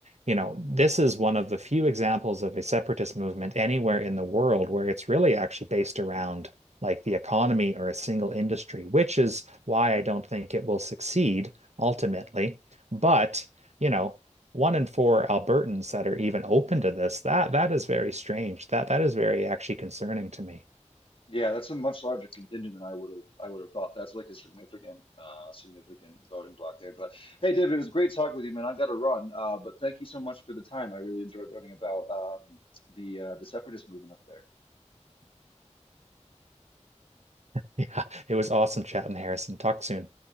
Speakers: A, on the right; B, on the left.
A: you know this is one of the few examples of a separatist movement anywhere in the world where it's really actually based around like the economy or a single industry, which is why I don't think it will succeed ultimately. But, you know, one in four Albertans that are even open to this, that that is very strange. That that is very actually concerning to me. <laughs>
B: Yeah, that's a much larger contingent than I would have I would have thought. That's like a significant uh significant voting block there. But hey, David, it was great talking with you, man. I got to run. Uh, but thank you so much for the time. I really enjoyed learning about um the uh the separatist movement up there.
A: Yeah, it was awesome chatting, Harrison. Talk soon.